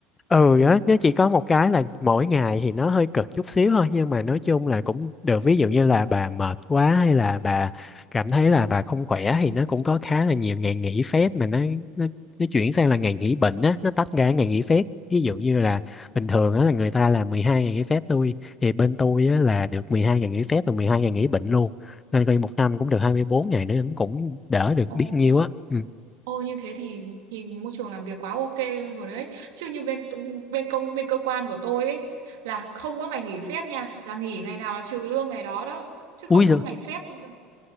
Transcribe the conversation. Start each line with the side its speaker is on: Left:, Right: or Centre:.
Left: ừ á nó chỉ có một cái là mỗi ngày thì nó hơi cực chút xíu thôi nhưng mà nói chung là cũng được ví dụ như là bà mệt quá hay là bà cảm thấy là bà không khỏe thì nó cũng có khá là nhiều ngày nghỉ phép mà nó nó, nó chuyển sang là ngày nghỉ bệnh á nó tách ra ngày nghỉ phép ví dụ như là bình thường á là người ta là 12 ngày nghỉ phép tôi thì bên tôi á là được 12 ngày nghỉ phép và 12 ngày nghỉ bệnh luôn nên coi như một năm cũng được 24 ngày nữa cũng đỡ được
Right: Ồ,
Left: biết nhiêu á ừ.
Right: ồ như thế thì thì môi trường làm việc quá ok luôn rồi đấy. Chứ như bên bên công bên cơ quan của tôi ấy là không có ngày nghỉ phép nha, là nghỉ ngày nào là trừ lương ngày đó đó, chứ không
Left: Ui giời,
Right: có ngày phép. đâu.